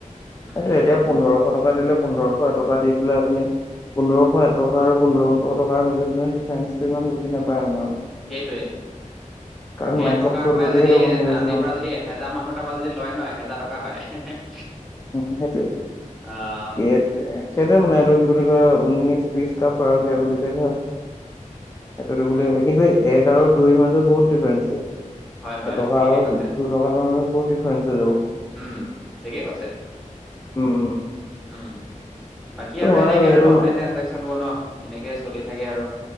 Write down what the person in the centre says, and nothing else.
উম।
সেইটোৱে
সেই
টকা পৰাই
যদি
আজিৰ
পৰা যদি এহেজাৰ মানুহ। তাৰাপা যদি লয় নহ এহেজাৰ টকা হয়।
আহ
উম
হয় হয়
ঠিকে
কৈছে
উম, ঠিকেই কৈছে।
উম, বাকী
আৰু
এনেকে
আৰু অনলাইন ট্ৰঞ্চেকচন বোৰ ন, এনেকৈ চলি থাকে আৰু।